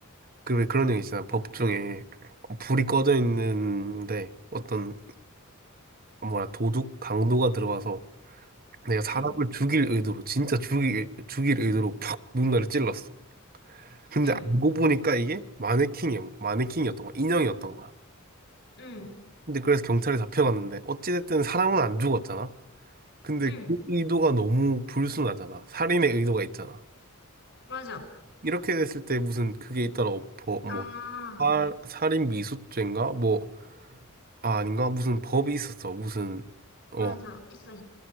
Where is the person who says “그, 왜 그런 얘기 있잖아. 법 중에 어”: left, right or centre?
Right